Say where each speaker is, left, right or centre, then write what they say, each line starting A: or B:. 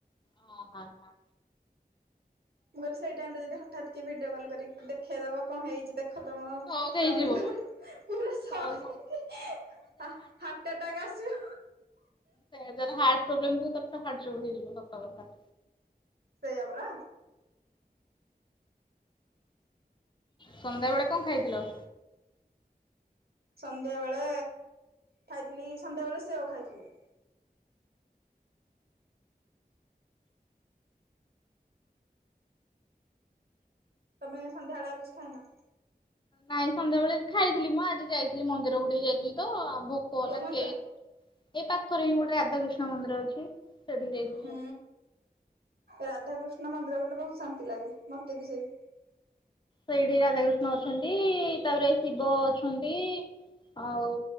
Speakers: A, on the left; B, on the right.
A: ଓ ହାଁ ହାଁ।
B: ମୁଁ କହିଲି ସେଇ ଟାଇମ ରେ ଯଦି ହଠାତ୍ କିଏ ଭିଡିଓ କଲ୍ କରିକି ଦେଖେଇଦବ କଣ ହେଇଛି ଦେକ୍। ଦେଖ ତମ
A: ସକ୍
B: ସ୍ଵାମୀଙ୍କର
A: ହେଇଯିବ
B: ପୁରା ଶକ୍
A: ସକ୍ ହେଇଯିବ
B: ହେଇକି ହା ହାଟ ଆଟାକ ଆସିବ।
A: ସେୟା ଯାର ହାର୍ଟ ପ୍ରୋବ୍ଲେମ ଥିବ ତାର ତ ହାର୍ଟ ଚୋକ ହେଇଯିବ ସତ କଥା।
B: ସେଇୟା ପରା।
A: ସନ୍ଧ୍ୟା ବେଳେ କଣ ଖାଇଥିଲ?
B: ସନ୍ଧ୍ୟା ବେଳେ ଖାଇଥିଲି ସନ୍ଧ୍ୟା ବେଳେ ସେଓ ଖାଇଥିଲି। ତମେ ସନ୍ଧ୍ୟାବେଳେ ଆଉ କିଛି ଖାଇନ?
A: ନାଇଁ ସନ୍ଧ୍ୟାବେଳେ ଖାଇଥିଲି ମ ମୁଁ ଆଜି ଯାଇଥିଲି ମନ୍ଦିର କୁ ଟିକେ ଯାଇଥିଲି ତ ଆଉ ଭୋ ଭୋକ
B: କୋଉ ମନ୍ଦିର?
A: କେକ ଏ ପାଖରେ ହିଁ ଗୋଟେ ରାଧାକୃିଷ୍ଣ ମନ୍ଦିର ଅଛି। ସେଠିକି ଯାଇଥିଲି
B: ହୁଁ।
A: ଆଉ।
B: ରାଧାକୃଷ୍ଣ ମନ୍ଦିର ଗଲେ ବହୁତ ଶାନ୍ତି ଲାଗେ ମତେ ବି ସେଇ।
A: ସେଇଠି ରାଧାକୃଷ୍ଣ ଅଛନ୍ତି ତାପରେ ଶିବ ଅଛନ୍ତି ଆଉ